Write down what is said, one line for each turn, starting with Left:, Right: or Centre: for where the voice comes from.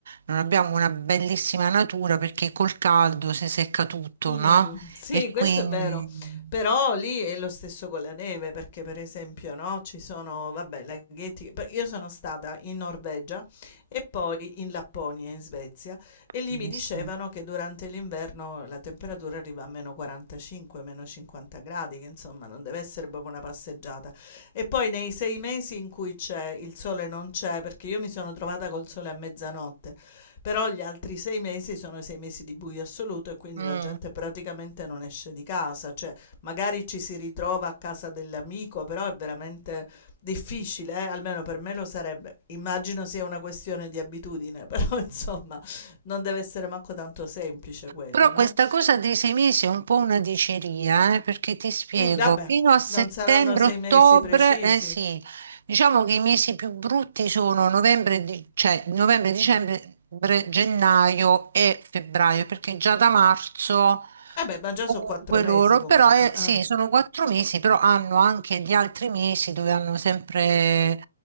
Right: non abbiamo una bellissima natura perché col caldo si secca tutto,
Left: Mh,
Right: no?
Left: <laughs> sì,
Right: E
Left: questo
Right: quindi...
Left: è vero, però lì è lo stesso con la neve, perché per esempio, no, ci sono, vabbè, laghetti pe io sono stata in Norvegia e poi in Lapponia, in Svezia, e lì
Right: Benissimo.
Left: mi dicevano che durante l'inverno la temperatura arriva a -45, -50 gradi, che insomma non deve essere proprio una passeggiata. E poi nei 6 mesi in cui c'è il sole non c'è, perché io mi sono trovata col sole a mezzanotte, però gli altri sei mesi sono i sei mesi di buio assoluto e quindi
Right: Mm.
Left: la gente praticamente non esce di casa, cioè magari ci si ritrova a casa dell'amico, però è veramente difficile, eh, Almeno per me lo sarebbe. Immagino sia una questione di abitudine, però <laughs> insomma non deve essere manco tanto semplice quello,
Right: Però
Left: no?
Right: questa cosa dei sei mesi è un po' una diceria, eh, perché ti spiego,
Left: Mm, vabbè,
Right: fino a settembre-ottobre,
Left: non saranno sei mesi precisi.
Right: eh sì, diciamo che i mesi più brutti sono novembre, di- cioè novembre, dicembre, bre- gennaio e febbraio, perché già da marzo
Left: Vabbè, ma già
Right: comunque
Left: sono quattro mesi
Right: loro,
Left: comunque.
Right: però eh,
Left: Ah,
Right: sì, sono quattro mesi, però hanno anche gli altri mesi dove hanno sempre